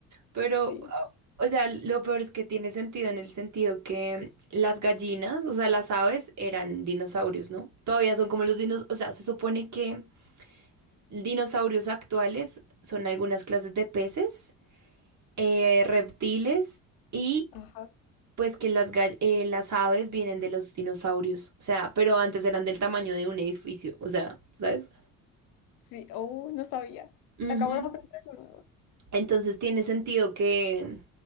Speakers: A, on the right; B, on the left.
A: Pero,
B: sí.
A: ah, o sea, lo peor es que tiene sentido en el sentido que las gallinas, o sea, las aves eran dinosaurios, ¿no? Todavía son como los dinosaurios, o sea, se supone que dinosaurios actuales son algunas clases de peces eh, reptiles y
B: Ajá.
A: pues que las, gall- eh, las aves vienen de los dinosaurios, o sea, pero antes eran del tamaño de un edificio, o sea, ¿sabes?
B: Sí, oh, no sabía.
A: Ujú.
B: Acabo de aprender algo nuevo.
A: Entonces tiene sentido que,